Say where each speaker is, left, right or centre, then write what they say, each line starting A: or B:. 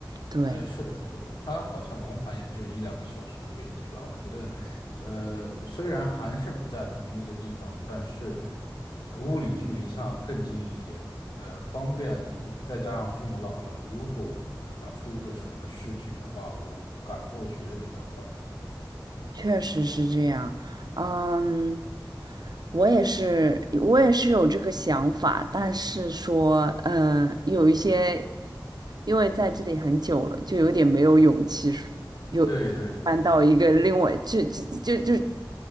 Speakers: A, on the right; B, on the left.
A: 对，
B: 哎，是的，是的，它好像往返也就一两个小时的飞机吧。我觉得，呃，虽然还是不在同一个地方，但是呃物理距离上更近一点，呃，方便。就再加上父母老了，如果对吧，出个什么事情的话，我赶过去也比较快。
A: 确实是这样，嗯，我也是，我也是有这个想法，但是说，嗯，有一些，因为在这里很久了，就有点没有勇气说，有搬到一个另外，
B: 对对对。
A: 就就就就，